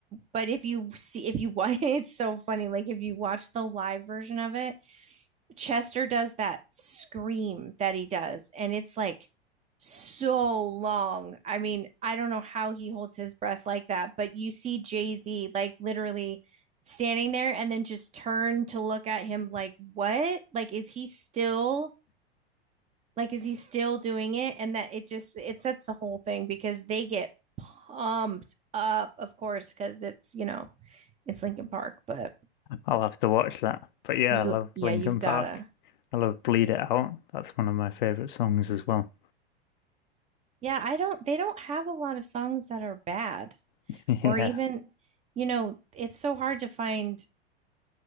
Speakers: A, on the right; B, on the left.
A: but if you see if you watch, <laughs> it's so funny. Like if you watch the live version of it, Chester does that scream that he does, and it's like so long. I mean, I don't know how he holds his breath like that, but you see Jay-Z like literally standing there and then just turn to look at him like, what? Like, is he still like, is he still doing it? And that it just it sets the whole thing because they get pumped up, of course, because it's, you know, it's Linkin Park, but
B: I'll have to watch that. But yeah,
A: you
B: I love
A: yeah,
B: Linkin
A: you've gotta.
B: Park. I love Bleed It Out. That's one of my favorite songs as well.
A: Yeah, I don't they don't have a lot of songs that are bad
B: <laughs>
A: or
B: Yeah,
A: even you know, it's so hard to find